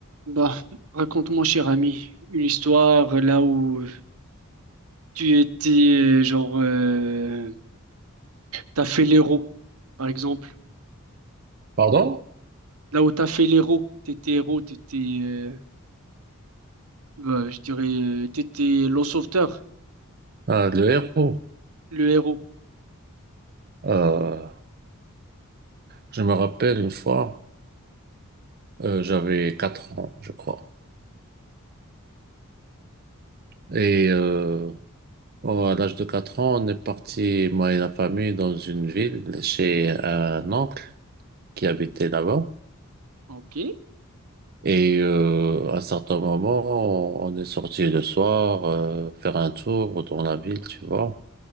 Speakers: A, on the right; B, on the right.
A: Bah, raconte-moi, cher ami, une histoire là où tu étais, euh, genre, euh, t'as fait l'héros, par exemple.
B: Pardon?
A: Là où t'as fait l'héros, t'étais héros, t'étais, euh, bah, je dirais, euh, t'étais le sauveteur,
B: Ah, le héros.
A: le héros.
B: Euh, je me rappelle une fois, euh, j'avais 4 ans, je crois. Et euh, oh, à l'âge de 4 ans, on est parti, moi et la famille, dans une ville chez un oncle qui habitait là-bas.
A: Ok,
B: Et euh, à un certain moment, on on est sorti le soir euh, faire un tour dans la ville, tu vois.